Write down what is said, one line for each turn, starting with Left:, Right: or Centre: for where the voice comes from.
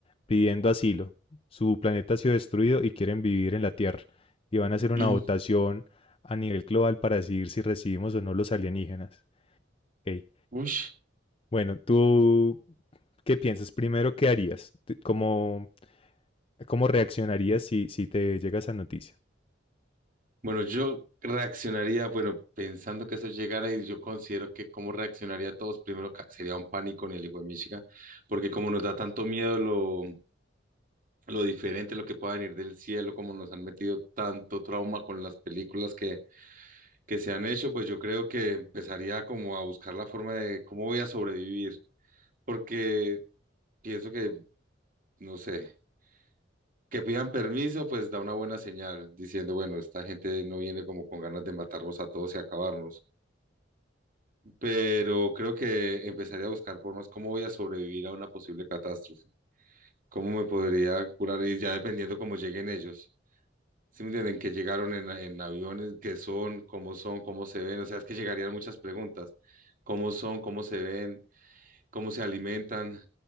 Left: pidiendo asilo. Su planeta ha sido destruido y quieren vivir en la Tierra. Y van a hacer una
Right: Mm.
Left: votación a nivel global para decidir si recibimos o no los alienígenas. Ok.
Right: Uy.
Left: Bueno, ¿tú qué piensas? Primero, ¿qué harías? Te- ¿Cómo, cómo reaccionarías si, si te llega esa noticia?
Right: Bueno, yo reaccionaría, bueno, pensando que eso llegara y yo considero que cómo reaccionaría a todos, primero ca- sería un pánico en el hijo de Michigan, porque como nos da tanto miedo lo, lo diferente, lo que pueda venir del cielo, como nos han metido tanto trauma con las películas que, que se han hecho, pues yo creo que empezaría como a buscar la forma de cómo voy a sobrevivir, porque pienso que, no sé. que pidan permiso, pues da una buena señal, diciendo, bueno, esta gente no viene como con ganas de matarnos a todos y acabarnos, pero creo que empezaría a buscar formas cómo voy a sobrevivir a una posible catástrofe, cómo me podría curar y ya dependiendo cómo lleguen ellos. ¿Sí me entienden? Que llegaron en, en aviones, qué son, cómo son, cómo se ven, o sea, es que llegarían muchas preguntas, cómo son, cómo se ven cómo se alimentan,